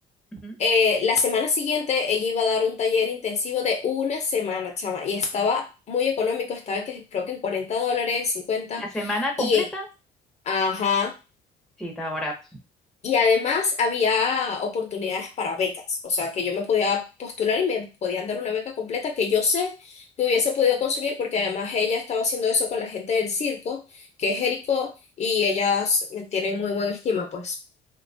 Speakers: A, in the centre; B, on the left.
A: Ujú.
B: eh, la semana siguiente ella iba a dar un taller intensivo de una semana, chama, y estaba muy económico, estaba que, creo que en 40 dólares, 50
A: La semana completa,
B: y, eh, ajá,
A: sí, estaba barato.
B: y además había oportunidades para becas, o sea, que yo me podía postular y me podían dar una beca completa que yo sé que hubiese podido conseguir porque además ella estaba haciendo eso con la gente del circo, que es Jericó, y ellas me tienen muy buena estima, pues.